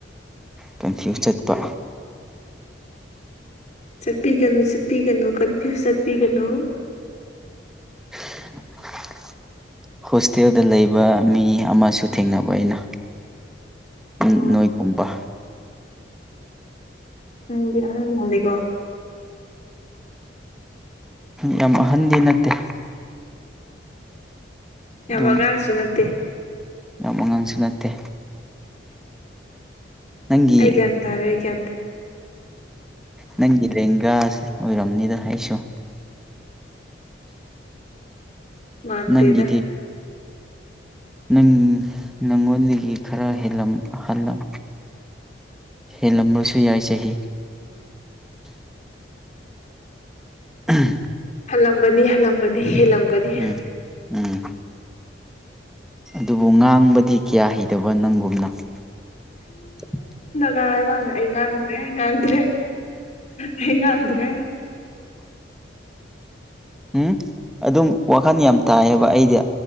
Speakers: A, in the centre; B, on the left (about 40°).
A: ꯀꯟꯐ꯭ꯌꯨ ꯆꯠꯄ
B: ꯆꯠꯄꯤꯒꯅꯨ ꯆꯠꯄꯤꯒꯅꯨ ꯀꯟꯐ ꯆꯠꯄꯤꯒꯅꯨ
A: <inaudible> ꯍꯣꯁꯇꯦꯜꯗ ꯂꯩꯕ ꯃꯤ ꯑꯃꯁꯨ ꯊꯦꯡꯅꯕ ꯑꯩꯅ ꯎ
B: ꯑꯣ
A: ꯅꯣꯏꯒꯨꯝꯕ
B: ꯅꯪꯗꯤ ꯑ ꯍ ꯂꯩꯀꯣ
A: ꯌꯥꯝ ꯑꯍꯟꯗꯤ ꯅꯠꯇꯦ
B: ꯌꯥꯝꯕꯉꯥꯡꯁꯨ
A: ꯑꯗꯨꯝ
B: ꯅꯠꯇꯦ
A: ꯌꯥꯝ ꯑꯉꯥꯡꯁꯨ ꯅꯠꯇꯦ ꯅꯪꯒꯤ
B: ꯍꯩꯒꯦꯇꯥꯔꯦ ꯍꯒꯦ
A: ꯅꯪꯒꯤ ꯂꯦꯡꯒꯥꯁ ꯑꯣꯏꯔꯕꯝꯅꯤꯗ ꯑꯩꯁꯨ
B: ꯃꯥꯟꯗꯦꯗ
A: ꯅꯪꯒꯤꯗꯤ ꯅꯪ ꯅꯪꯉꯣꯟꯗꯒꯤ ꯈꯔ ꯍꯂꯝꯍꯜꯂꯝ ꯍꯦꯜꯂꯝꯂꯁꯨ ꯌꯥꯏ ꯆꯍꯤ ꯎꯝ
B: ꯍꯜꯂꯝꯒꯅꯤ ꯍꯜꯂꯝꯒꯅꯤ ꯍꯦꯜꯂꯝꯒꯅꯤ
A: ꯎꯝ ꯎꯝ ꯑꯗꯨꯕꯨ ꯉꯥꯡꯕꯗꯤ ꯀꯌꯥ ꯍꯩꯗꯕ ꯅꯪꯒꯨꯝꯅ <inaudible>
B: ꯒ ꯍꯥꯏ ꯋꯥꯅꯦ ꯑꯩ ꯉꯥꯡꯗ꯭ꯔꯦ ꯑꯩ ꯉꯥꯡꯗ꯭ꯔꯦ ꯑꯩ ꯉꯥꯡꯗ꯭ꯔꯦ <unintelligible>
A: ꯎꯝ ꯑꯗꯨꯝ ꯋꯥꯈꯜ ꯌꯥꯝ ꯇꯥꯏꯌꯦꯕ ꯑꯩꯗꯤ